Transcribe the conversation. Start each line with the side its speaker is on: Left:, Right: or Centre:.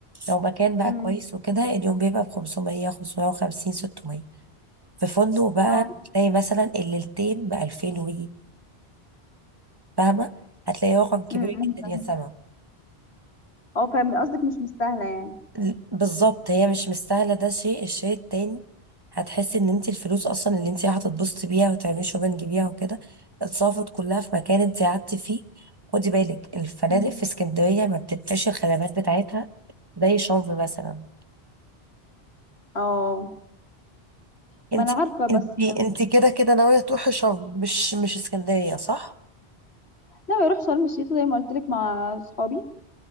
Right: لو مكان بقى
Left: امم
Right: كويس وكده اليوم بيبقى ب 500 550 600 في فندق بقى
Left: اه
Right: مم. تلاقي مثلا الليلتين بألفين وي فاهمة هتلاقي رقم كبير
Left: امم
Right: جدا
Left: فاهمة.
Right: يا سما
Left: اه فاهم قصدك مش مستاهله يعني
Right: ل- بالظبط هي مش مستاهلة ده شيء الشيء التاني هتحسي ان انت الفلوس اصلا اللي انت هتتبسطي بيها وتعملي شوبنج بيها وكده اتصرفت كلها في مكان انت قعدتي فيه خدي بالك الفنادق
Left: أمم.
Right: في اسكندرية ما بتدفعش الخدمات بتاعتها زي شرم مثلا
Left: اه
Right: انت
Left: ما انا عارفه بس
Right: انت انت كده كده ناوية تروحي شرم مش مش اسكندرية صح؟
Left: ناوي اروح شرم الشيخ زي ما قلت لك مع اصحابي